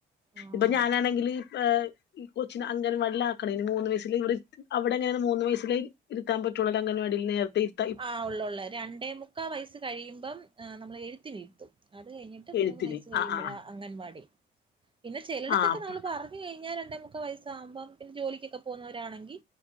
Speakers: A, on the right (about 25°); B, on the left (about 60°).
A: ആഹ്
B: ഇപ്പൊ ഞാനാണെങ്കില് ഏഹ് ഈ കൊച്ചിന് അംഗൻവാടിയിൽ ആക്കണേന് മൂന്ന് വയസില് ഇവിടെ - അവിടെ അങ്ങനേണ് മൂന്ന് വയസ്സിലെ ഇരുത്താൻ പറ്റുള്ളോല്ലേ അംഗൻവാടിയിൽ നേരത്തെ ഇരു
A: ആഹ് ഉള്ളോള്ളെ രണ്ടേ മുക്കാൽ വയസ്സ് കഴിയുമ്പം നമ്മൾ എഴുത്തിനിരുത്തും അത് കഴിഞ്ഞിട്ട് മൂന്ന്
B: എഴുത്തിന്
A: വയസ്സ് കഴിയുമ്പോഴാ
B: ആഹ് ആഹ് ആഹ്
A: അംഗൻവാടി പിന്നെ ചെലടുത്തൊക്കെ
B: ആഹ് അപ്പൊ
A: നമ്മള് പറ ഞ്ഞഴിഞ്ഞാ രണ്ടേ മുക്കാൽ വയസ്സാകുമ്പം പിന്നെ ജോലിക്കൊക്കെ പോകുന്നോരാ ണെങ്കി